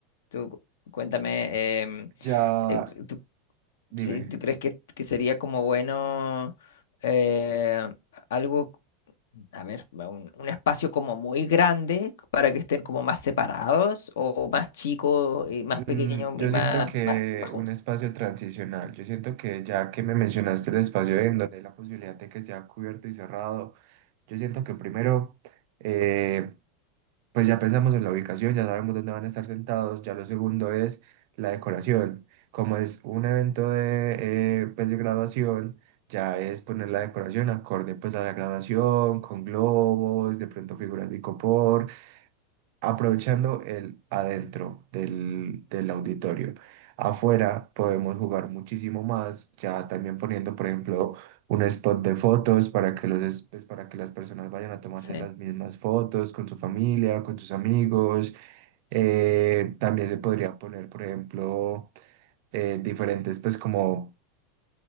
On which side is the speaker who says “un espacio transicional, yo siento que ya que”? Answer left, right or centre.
Right